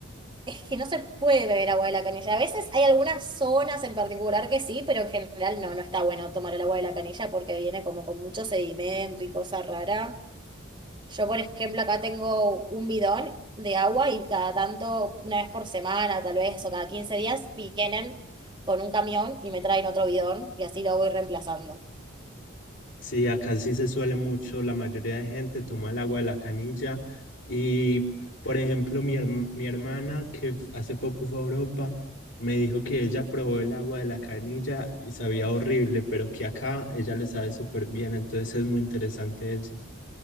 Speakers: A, on the right; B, on the left.
A: Es que no se puede beber agua de la canilla. A veces hay algunas zonas en particular que sí, pero en general no, no está bueno tomar el agua de la canilla porque viene como con mucho sedimento y cosa rara. Yo, por ejemplo, acá tengo un bidón de agua y cada tanto, una vez por semana tal vez, o cada 15 días, vienen con un camión y me traen otro bidón y así lo voy reemplazando.
B: Sí, acá sí se suele mucho, la mayoría de gente toma el agua de la canilla y por ejemplo mi, herm- mi hermana que f- hace poco fue a Europa me dijo que ella probó el agua de la canilla y sabía horrible, pero que acá ella le sabe súper bien, entonces es muy interesante eso.